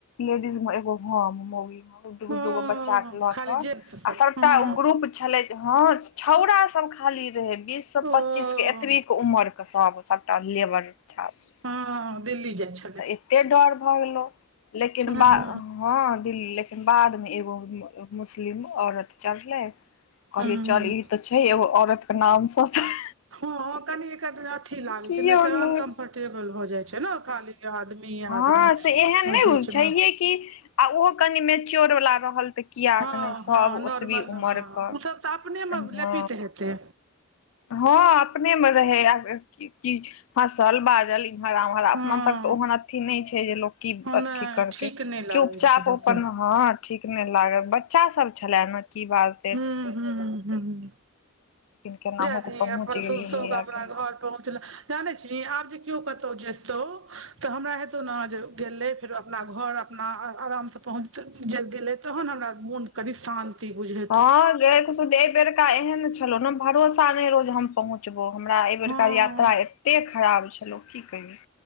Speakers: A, on the left; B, on the right.
A: लेडीज मे एगो ह मूवी मे दूगो
B: हँ
A: दू गो बच्चा के लऽ
B: खाली
A: कऽ
B: जेंट्स सब
A: आ सभटा
B: हँ
A: ओ ग्रुप छलै हँ छौंड़ा सब खाली रहे बीस स
B: ओ
A: पच्चीस के ए कतबी के उमर के सभ सभटा लेबर छात्र
B: हँ दिल्ली जाइ छै।
A: तऽ एते डर भऽ गेलौ लेकिन
B: हँ
A: ब ह दिल्ली लेकिन बादमे एगो मुस्लिम औरत चढ़लै कहलियै
B: हँ
A: चल ई तऽ छै एगो औरत के नामसँ हैय
B: हँ कनी एकर अथी लागै
A: कियो
B: छै नै तऽ
A: नहि।
B: अनकम्फर्टेबल भऽ जाय छै ने खाली आदमी
A: हँ
B: आदमी
A: से एहन
B: ओ
A: नहि
B: बीचमे
A: होइ छैहे कि आ ओहो कनि मेच्योर वाला रहल किआकि
B: हँ
A: नै सभ
B: हँ नॉर्मल
A: ओतबी उमर
B: हँ
A: कऽ
B: ओ सब तऽ अपने मे
A: ह
B: लेपित हेतै
A: ह अपने मे रहै कि हँसल बाजल हरा भरा
B: हँ
A: मतलब तऽ ओहन अथि नै छै जे लोको की अथी
B: नहि
A: करतै
B: ठीक नहि लागै
A: चुपचाप
B: छै देखै
A: अपनप हँ ठीक नै लागल बच्चा सब छले न की बाज
B: हुं हुं हुं
A: लेकिन केनाहु
B: जाय दिहि
A: कऽ पहुँच
B: अपन
A: गेलियै
B: सुभ सुभ
A: मैया
B: अपना
A: के
B: घर पहुँचलैं जाने छिहि आब जे किओ कतो जेतौ तऽ हमरा हेतौ न जे गेलै फेरो अपना घर अपना आरामसँ पहुँच जे गेलै तहन हमरा मोन कनी शान्ति बुझे
A: ह गैय ए बेरका एहन छलो ने भरोसा ने रोहो हम पहुँच पचबौ हमरा एहि
B: हँ
A: बेरका यात्रा एते खराब छलौ की कहियौ